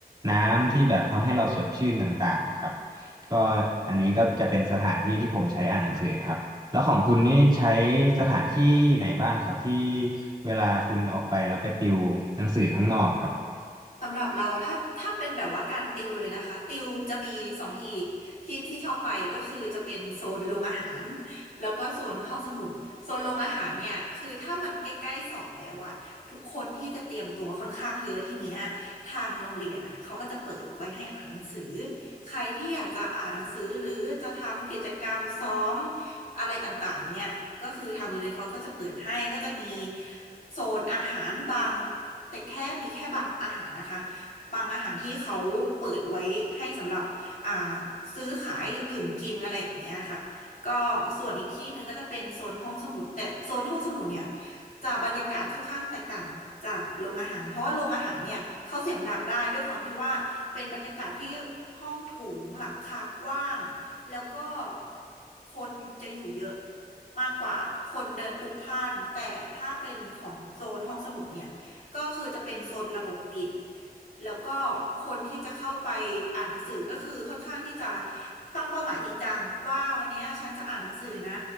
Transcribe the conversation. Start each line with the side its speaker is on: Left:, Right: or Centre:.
Right: น้ำที่แบบทำให้เราสดชื่นต่างๆนะครับก็อันนี้ก็จะเป็นสถานที่ที่ผมใช้อ่านหนังสือครับแล้วของคุณนี่ใช้สถานที่ไหนบ้างครับที่เวลาคุณออกไปแล้วไปติวหนังสือข้างนอกครับ
Left: สำหรับเราถ้าถ้าเป็นแบบว่าการติวเลยนะคะติวจะมีสองที่ที่ที่ชอบไปก็คือจะเป็นโซนโรงอาหารแล้วก็โซนห้องสมุดโซนโรงอาหารเนี่ยคือถ้ามันใกล้ๆสอบแล้วอะทุกคนที่จะเตรียมตัวค่อนข้างเยอะทีเนี้ยทางโรงเรียนอะเขาก็จะเปิดไว้ให้อ่านหนังสือใครที่อยากจะอ่านหนังสือหรือจะทำกิจกรรมซ้อมอะไรต่างๆเนี่ยก็คือทางโรงเรียนเขาก็จะเปิดให้ก็จะมีโซนอาหารบาง แต่แค่มีแค่บางอาหารนะคะบางอาหารที่เขาเปิดไว้ให้สำหรับอ่าซื้อขายดื่มกินอะไรอย่างเงี้ยค่ะก็ส่วนอีกที่หนึ่งก็จะเป็นโซนห้องสมุดแต่โซนห้องสมุดเนี่ยจะบรรยากาศค่อนข้างแตกต่างจากโรงอาหารเพราะว่าโรงอาหารเนี่ยเขาเสียงดังได้ด้วยความที่ว่าเป็นบรรยากาศที่ห้องโถงหลังคากว้างแล้วก็คนจะอยู่เยอะมากกว่าคนเดินพลุกพล่านแต่ถ้าเป็นของโซนห้องสมุดเนี่ย ก็คือจะเป็นโซนระบบปิดแล้วก็คนที่จะเข้าไปอ่านหนังสือก็คือค่อนข้างที่จะตั้งเป้าหมายจริงจังว่าวันเนี้ยฉันจะอ่านหนังสือนะ